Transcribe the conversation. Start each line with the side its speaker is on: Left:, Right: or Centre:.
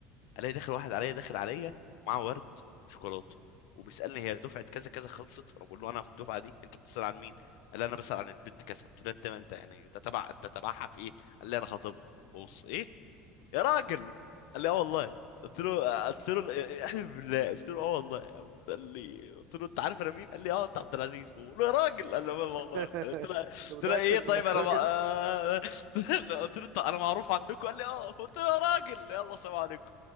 Left: الاقي داخل واحد عليا داخل عليا معاه ورد وشوكولاته وبيسالني هي دفعه كذا كذا خلصت فانا بقول له انا في الدفعه دي انت بتسال عن مين قال لي انا بسال عن البنت كذا قلت له انت انت يعني انت تبع انت تبعها في ايه قال لي انا خاطبها بص ايه يا راجل قال لي اه والله قلت له قلت له "إيه، احلف بالله قلت له اه والله قال لي قلت له انت عارف انا مين قال لي اه انت عبد العزيز فبقول له يا راجل قال لي والله
Right: <laughs>
Left: والله يعني قلت له قلت
Right: انت متأكد
Left: له ايه طيب
Right: من انك
Left: انا
Right: راجل
Left: ما... آه، <laughs> قلت له "أنت- انا معروف عندكم قال لي اه قلت له يا راجل يلا سلام عليكم